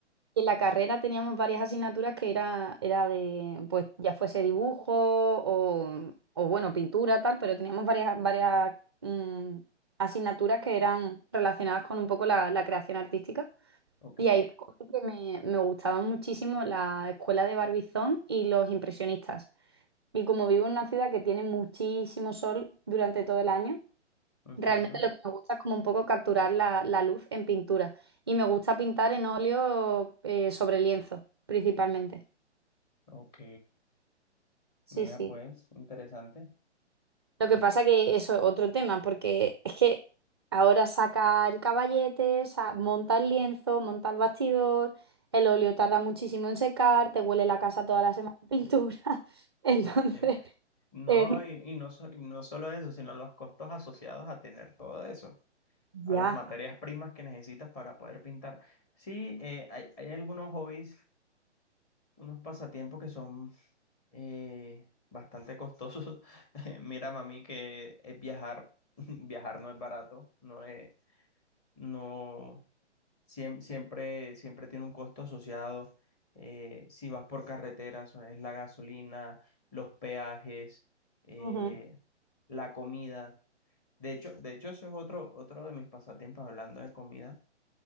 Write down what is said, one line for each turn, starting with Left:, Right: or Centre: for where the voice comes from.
Right: en la carrera teníamos varias asignaturas que era, era de, pues ya fuese dibujo o, o, bueno, pintura, tal, pero teníamos varias, varias mm, asignaturas que eran relacionadas con un poco la, la creación artística.
Left: ok,
Right: Y ahí descubrí que me, me gustaba muchísimo la escuela de Barbizón y los impresionistas. Y como vivo en una ciudad que tiene muchísimo sol durante todo el año,
Left: ujú,
Right: Realmente lo que me gusta es como un poco capturar la, la luz en pintura. Y me gusta pintar en óleo eh, sobre lienzo, principalmente.
Left: ok.
Right: Sí,
Left: Mira,
Right: sí.
Left: pues, interesante.
Right: Lo que pasa que eso es otro tema, porque es que ahora saca el caballete, sa- monta el lienzo, monta el bastidor, el óleo tarda muchísimo en secar, te huele la casa toda la semana de pintura. <laughs> Entonces,
Left: Eh, No,
Right: es-
Left: y, y no, so- y no solo eso, sino los costos asociados a tener todo eso, a
Right: ya.
Left: las materias primas que necesitas para poder pintar. Sí, eh, hay, hay algunos hobbies, unos pasatiempos que son eh, bastante costosos. <laughs> Eh, Mira, mami, que es viajar. <laughs> Viajar no es barato, no es, no, siem- siempre, siempre tiene un costo asociado. Eh, si vas por carreteras, es la gasolina, los peajes, eh,
Right: Ujú,
Left: la comida. De hecho, de hecho, eso es otro, otro de mis pasatiempos hablando de comida.